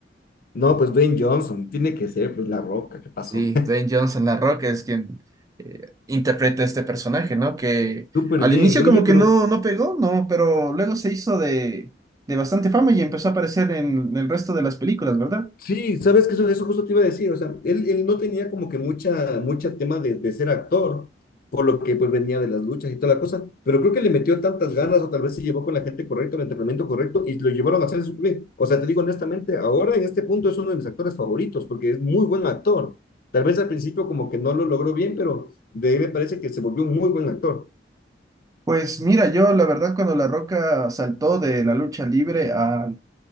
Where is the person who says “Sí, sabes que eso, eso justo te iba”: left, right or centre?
Left